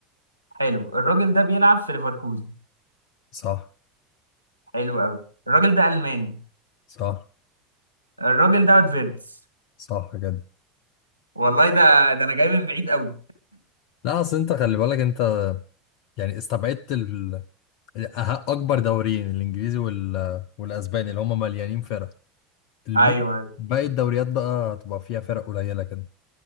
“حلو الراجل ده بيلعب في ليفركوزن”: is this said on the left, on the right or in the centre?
Left